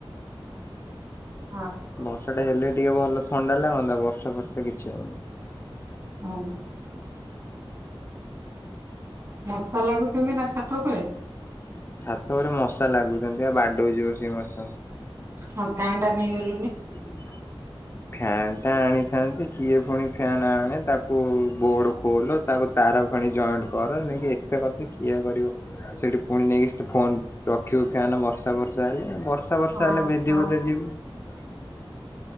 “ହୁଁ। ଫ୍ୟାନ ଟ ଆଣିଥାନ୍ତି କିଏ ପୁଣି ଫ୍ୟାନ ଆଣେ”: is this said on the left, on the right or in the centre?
Left